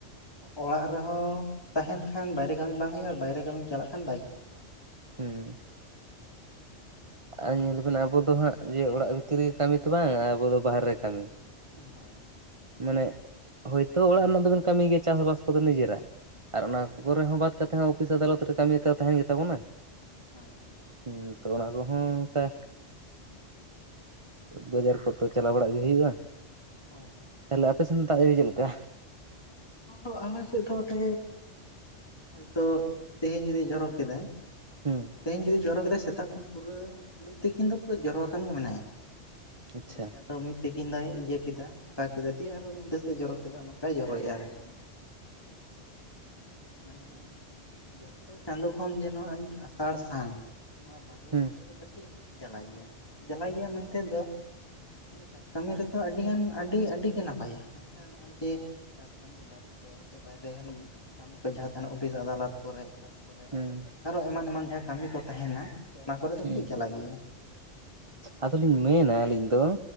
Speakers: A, on the left; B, on the right.
A: ᱚᱲᱟᱜ ᱨᱮᱦᱚᱸ ᱛᱟᱦᱮᱱ ᱠᱷᱟᱱ ᱵᱟᱭᱨᱮ ᱠᱟᱹᱢᱤ ᱵᱟᱝ ᱦᱩᱭᱩᱜᱼᱟ ᱟᱨ ᱵᱟᱭᱨᱮ ᱠᱟᱹᱢᱤᱢ ᱪᱟᱞᱟᱜ ᱠᱷᱟᱱ ᱵᱟᱭ ᱠᱟᱹᱢᱤᱜᱼᱟ
B: ᱦᱩᱸ ᱟᱨ ᱧᱮᱞ ᱟᱵᱮᱱ ᱟᱵᱚ ᱫᱚ ᱦᱟᱸᱜ ᱡᱮ ᱚᱲᱟᱜ ᱵᱷᱤᱛᱤᱨ ᱨᱮᱜᱮ ᱠᱟᱹᱢᱤ ᱛᱚ ᱵᱟᱝ ᱟᱵᱚ ᱫᱚ ᱵᱟᱦᱨᱮ ᱨᱮ ᱠᱟᱹᱢᱤ
A: ᱦᱳᱭ
B: ᱢᱟᱱᱮ ᱦᱚᱭᱛᱳ ᱚᱲᱟᱜ ᱨᱮᱱᱟᱜ ᱫᱚᱵᱮᱱ ᱠᱟᱹᱢᱤ ᱜᱮᱭᱟ ᱪᱟᱥᱵᱟᱥ ᱠᱚᱫᱚ ᱱᱤᱡᱮᱨᱟᱜ ᱟᱨ ᱚᱱᱟ ᱜᱷᱚᱨᱮ ᱦᱚᱸ ᱵᱟᱫ ᱠᱟᱛᱮᱫ ᱦᱚᱸ ᱚᱯᱷᱤᱥ ᱟᱫᱟᱞᱚᱛ ᱨᱮ ᱠᱟᱹᱢᱤ ᱛᱚ ᱛᱟᱦᱮᱱ ᱜᱮᱛᱟ ᱵᱚᱱᱟ
A: ᱦᱳᱭ
B: ᱦᱚᱸ ᱛᱚ ᱚᱱᱟ ᱠᱚᱦᱚᱸ ᱚᱱᱠᱟ ᱵᱟᱡᱟᱨ ᱠᱚᱛᱚ ᱪᱟᱞᱟᱣ ᱵᱟᱲᱟᱜ ᱜᱮ ᱦᱩᱭᱩᱜᱼᱟ
A: ᱦᱳᱭ
B: ᱛᱟᱦᱚᱞᱮ ᱟᱯᱮ ᱥᱮᱱ ᱫᱟᱜ ᱡᱟ. ᱲᱤ ᱪᱮᱫ ᱞᱮᱠᱟ
A: ᱚᱻ ᱟᱞᱮ ᱥᱮᱫ ᱫᱚ ᱱᱚᱛᱮ ᱦᱚᱭᱛᱳ ᱛᱮᱦᱮᱧ ᱡᱩᱫᱤ ᱡᱚᱨᱚ ᱠᱮᱫᱟᱭ
B: ᱦᱩᱸ
A: ᱛᱮᱦᱤᱧ ᱡᱩᱫᱤ ᱡᱚᱨᱚ ᱠᱮᱫᱟ ᱥᱮᱛᱟᱜ ᱠᱷᱚᱱ ᱯᱩᱨᱟᱹ ᱢᱤᱫ ᱛᱤᱠᱤᱱ ᱫᱚ ᱯᱩᱨᱟᱹ ᱡᱚᱨᱚ ᱟᱠᱟᱱ ᱜᱮ ᱢᱮᱱᱟᱭᱟ᱾
B: ᱟᱪᱪᱷᱟ
A: ᱱᱤ. ᱭᱟ ᱛᱚ ᱢᱤᱫ <unintelligible> ᱛᱠᱤᱱ ᱫᱚᱭ ᱤᱭᱟᱹ ᱠᱮᱫᱟ ᱠᱮᱫᱟ ᱫᱤᱭᱮ ᱟᱨᱚ ᱱᱤᱫᱟ. ᱥᱮ ᱡᱚᱨᱚ ᱠᱮᱫᱟ ᱱᱚᱝᱠᱟᱭ ᱡᱚᱨᱚᱭᱼᱟ ᱟᱨᱠᱤ᱾ ᱢᱟᱱᱮ ᱡᱚᱛᱚ ᱪᱟᱸᱫᱚ ᱠᱷᱚᱱ ᱡᱮᱱᱚ ᱟᱥᱟᱲ ᱥᱟᱱ ᱱᱚᱣᱟ ᱵᱟᱨᱭᱟ
B: ᱦᱩᱸ
A: ᱪᱟᱸᱫᱚ ᱫᱚ ᱠᱟᱹᱴᱤᱡ ᱡᱟᱞᱟ ᱜᱮᱭᱟ ᱡᱟᱞᱟ ᱜᱮᱭᱟ ᱢᱮᱱᱛᱮ ᱫᱚ ᱪᱟᱥ ᱠᱟᱹᱢᱤ ᱨᱮᱛᱚ ᱟᱹᱰᱤᱜᱟᱱ ᱟᱹᱰᱤ ᱟᱹᱰᱤᱜᱮ ᱱᱟᱯᱟᱭᱟ ᱢᱮᱱᱠᱷᱟᱱ ᱱᱚᱜᱼᱚᱭ ᱡᱮ ᱪᱟᱥ ᱠᱟᱹᱢᱤ ᱦᱚᱭᱛᱚ ᱵᱟᱭᱨᱮ ᱠᱟᱹᱢᱤ ᱠᱚ ᱡᱟᱦᱟᱸᱱᱟ ᱚᱯᱷᱤᱥ ᱟᱫᱟᱞᱚᱛ ᱠᱚᱨᱮ ᱠᱚᱨᱮ
B: ᱦᱩᱸ
A: ᱟᱨᱦᱚ ᱮᱢᱟᱱ ᱮᱢᱟᱱ ᱡᱟᱦᱟᱸ ᱠᱟᱹᱢᱤ ᱠᱚ ᱛᱟᱦᱮᱱᱟ ᱚᱱᱟ ᱠᱚᱨᱮ ᱫᱚ
B: ᱦᱩᱸ
A: ᱠᱟᱹᱴᱤᱡᱪ ᱡᱟᱞᱟ ᱜᱮᱭᱟ᱾
B: ᱟᱫᱚᱞᱤᱧ ᱢᱮᱱᱟ ᱟᱹᱞᱤᱧ ᱫᱚ